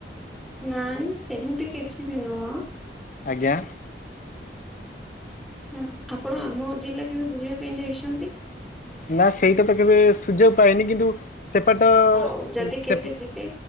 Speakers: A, in the centre; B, on the left.
A: ନାଇଁ ସେମିତି କିଛି ବି ନୁହଁ।
B: ଆଜ୍ଞା।
A: ହୁଁ। ଆପଣ ଆମ ଜିଲ୍ଲା କେବେ ବୁଲିବା ପାଇଁ ଯାଇଛନ୍ତି?
B: ନା ସେଇଟା ତ କେବେ ସୁଯୋଗ ପାଇନି କିନ୍ତୁ ସେପାଟ
A: ହଉ ଯଦି କେବେ
B: ସେ
A: ଯିବେ